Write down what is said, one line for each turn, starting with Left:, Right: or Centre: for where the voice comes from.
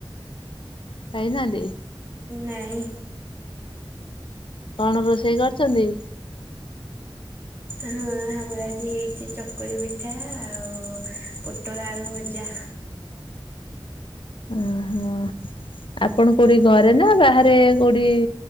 Left: ଖାଇନାହାନ୍ତି?
Right: ନାଇଁ।
Left: କଣ ରୋଷେଇ କରିଛନ୍ତି?
Right: ହଁ ଆମର ଆଜି ହେଇଛି ଚକୁଳି ପିଠା ଆଉ ପୋଟଳ ଆଳୁ ଭଜା।
Left: ଓହୋ ଆପଣ କୋଉଠି ଘରେ ନା ବାହାରେ କୋଉଠି?